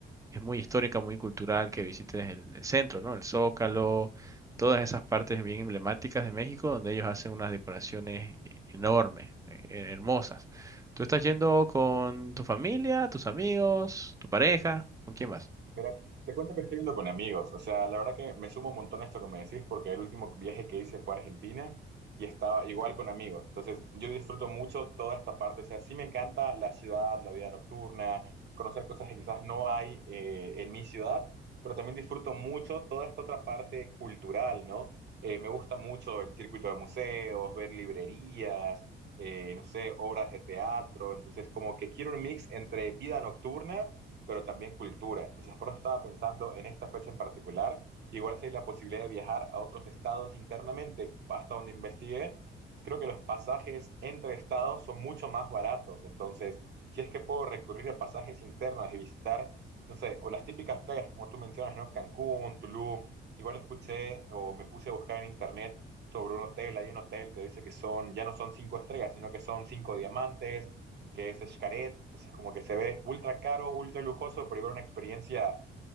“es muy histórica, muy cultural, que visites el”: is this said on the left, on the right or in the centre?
Right